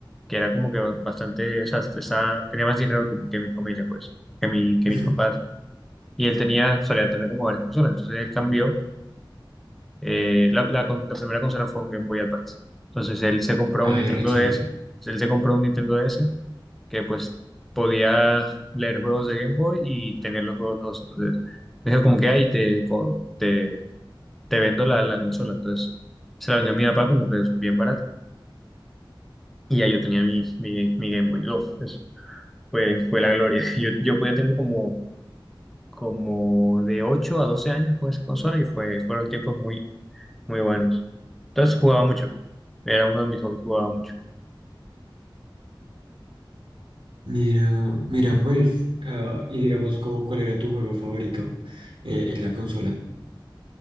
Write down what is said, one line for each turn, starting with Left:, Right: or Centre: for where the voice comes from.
Centre: que era como que bastante, o sea, estaba- tenía más dinero que, que mi familia, pues, que, mi, que
Right: <laughs>
Centre: mis papás. Y él tenía, solía tener como varias consolas. Entonces él cambió. eh, la, la con- la primera consola fue un Game Boy Advance. Entonces él se compró
Right: Ay,
Centre: un Nintendo
Right: re chévere.
Centre: DS. Entonces, él se compró un Nintendo DS que pues podía leer juegos de Game Boy y tener los juegos dos. Entonces me dijo como que ahí te, co- te, te vendo la, la consola. Entonces se la vendió a mi papá como que es bien barata. Y ya yo tenía mi, mi, mi Game Boy. Uf, eso fue, fue la gloria. <laughs> Yo, yo podía tener como como de 8 a 12 años con esa consola y fue, fueron tiempos muy, muy buenos. Entonces jugaba mucho, era uno de mis hobbies, jugaba mucho.
Right: Mira, mira, pues, ah, y digamos, como, ¿cuál era tu juego favorito eh, en la consola?